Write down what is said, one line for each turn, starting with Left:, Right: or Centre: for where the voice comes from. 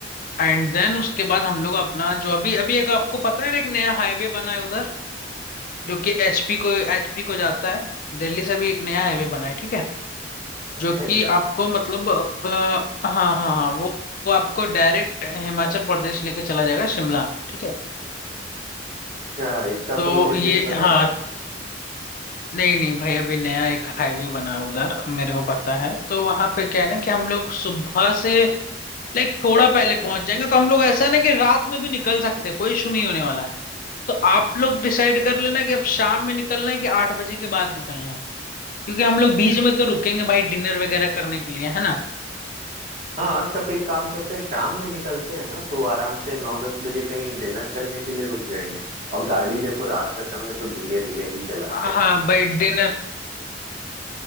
Left: एंड देन उसके बाद हम लोग अपना जो अभी अभी एक आपको पता है ना एक नया हाईवे बना है उधर जो कि एचपी को एचपी को जाता है दिल्ली से भी एक नया हाईवे बना है ठीक है जो
Right: अच्छा
Left: कि आपको मतलब अ, हाँ हाँ हाँ वो वो आपको डायरेक्ट हिमाचल प्रदेश लेके चला जाएगा शिमला ठीक है
Right: इसका इसका
Left: तो
Right: तो मुझे नहीं
Left: ये
Right: पता
Left: हाँ
Right: था
Left: नहीं नहीं भाई अभी नया एक हाईवे बना है उधर मेरे को पता है तो वहां पे क्या है ना कि हम लोग सुबह से लाइक थोड़ा पहले पहुंच जाएंगे तो हम लोग ऐसा ना कि रात में भी निकल सकते हैं कोई इशू नहीं होने वाला है तो आप लोग डिसाइड कर लेना कि अब शाम में निकलना है कि आठ बजे के बाद निकलना है क्योंकि हम लोग बीच में तो रुकेंगे भाई डिनर वगैरह करने के लिए है ना
Right: हाँ तब एक काम करते हैं शाम में निकलते हैं ना तो आराम से नौ दस बजे कहीं डिनर करने के लिए रुक जाएंगे और गाड़ी देखो रात का समय है, तो धीरे धीरे ही चलाते
Left: हाँ
Right: हैं
Left: भाई डिनर